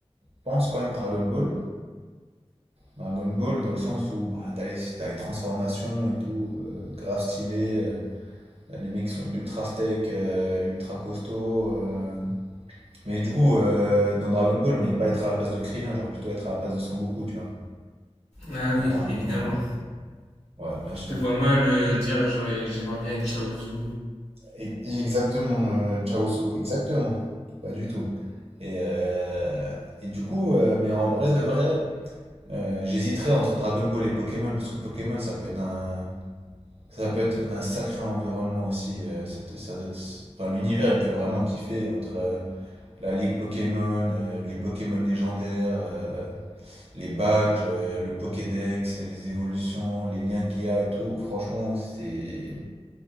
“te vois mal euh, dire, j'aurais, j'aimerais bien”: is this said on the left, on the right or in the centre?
Left